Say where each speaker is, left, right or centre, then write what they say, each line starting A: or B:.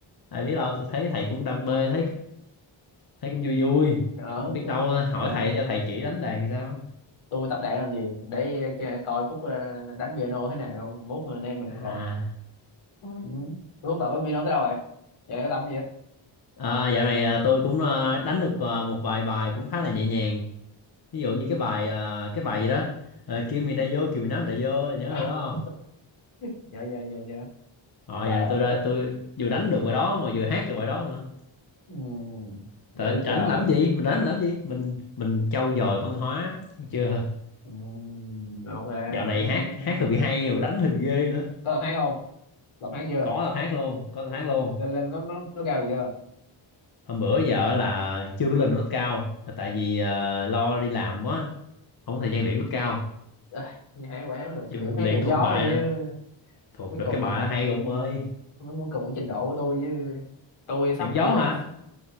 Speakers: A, on the left (about 50°); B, on the left (about 85°).
A: ai biết đâu tôi thấy thầy cũng đam mê thấy thấy cũng vui vui
B: ở
A: biết
B: tôi
A: đâu hỏi
B: à,
A: thầy cho thầy chỉ đánh đàn thì sao
B: tôi tập đàn làm gì để cho- coi Phúc ờ, đánh piano thế nào mốt anh em mình
A: à,
B: còn Ừ. Rốt tập với Mino tới đâu rồi? Giờ này có tập không vậy?
A: à dạo này à, tôi cũng à, đánh được à, một vài bài cũng khá là nhẹ nhàng ví dụ như cái bài à, cái bài gì đó uh, Kimi đã vô Kimi nắm đã vô nhớ
B: <laughs>
A: rồi đó
B: Dạ dạ dạ dạ.
A: Rồi
B: Bài
A: giờ này tôi ra tôi vừa đánh được bài đó mà vừa hát được bài đó nữa.
B: ừ. Dữ
A: Tại rảnh
B: trời.
A: làm gì? Mình rảnh mình làm gì? Mình mình trau dồi văn hóa được chưa?
B: Ừ. Ok,
A: Dạo này
B: cũng hay,
A: hát
B: cũng
A: hát
B: hay.
A: hơi bị hay rồi đánh hơi bị ghê nữa.
B: Có tập hát không? Tập hát chưa?
A: Có tập hát luôn, có tập hát luôn.
B: Lên lên nó nó nó cao được chưa?
A: Hôm bữa giờ là chưa có lên nốt cao là tại vì ờ, lo đi làm quá, không có thời gian luyện nốt cao.
B: À, Nghe hát bài hát được,
A: Chứ
B: luyện
A: mình
B: hát
A: luyện
B: đụng
A: thuộc
B: gió
A: bài
B: đi
A: nè,
B: chứ.
A: thuộc
B: Mới
A: được
B: cùng
A: cái bài đó hay rồi ông ơi.
B: mới mới cùng trình độ của tôi chứ. Tôi sắp
A: Giọng
B: ừ.
A: gió hả?